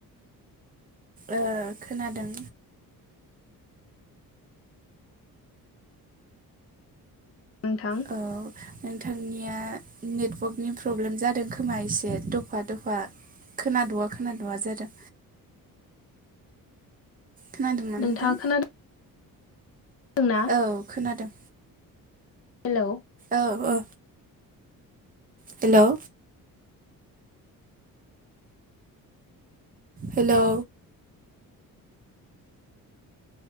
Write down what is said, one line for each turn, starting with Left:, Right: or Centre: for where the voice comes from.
Right: ओ खोनादों
Left: नोंथां
Right: औ नोंथांनिया नेटवर्कनि प्रब्लेम जादों खोमा एसे दफा दफा खोनादवा खोनादवा जादों खोनादोंना
Left: नोंथाङा
Right: नोंथां
Left: खोनादों ना
Right: औ खोनादों
Left: हेलौ
Right: औ ओ हेलौ हेलौ